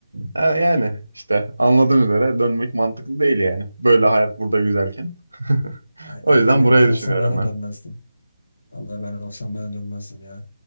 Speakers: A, on the right; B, on the left.
A: Ha, yani işte anladığın üzere dönmek mantıklı değil yani. Böyle hayat burada güzelken. <laughs>
B: Aynen
A: O yüzden
B: öyle.
A: burayı
B: Ben olsam
A: düşünüyorum
B: ben de dönmezdim. Vallahi ben olsam ben de dönmezdim ya.